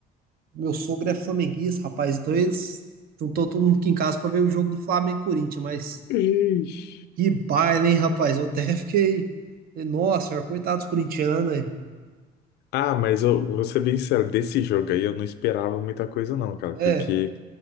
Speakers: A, on the right; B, on the left.
A: Meu sogro é flamenguista, rapaz, então eles juntou todo mundo aqui em casa pra ver o jogo do Flamengo e Corinthians, mas
B: Ixi.
A: que baile, hein, rapaz? Eu até <laughs> fiquei. falei, Nossa senhora, coitado dos corintianos aí.
B: Ah, mas eu vou ser bem sincero, desse jogo aí eu não esperava muita coisa, não, cara,
A: É,
B: porque